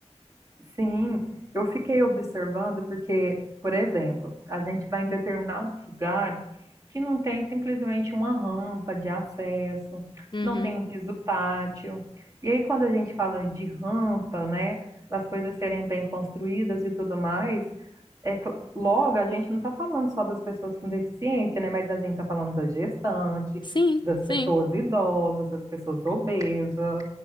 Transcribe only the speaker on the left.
Uhum.
Sim,
sim.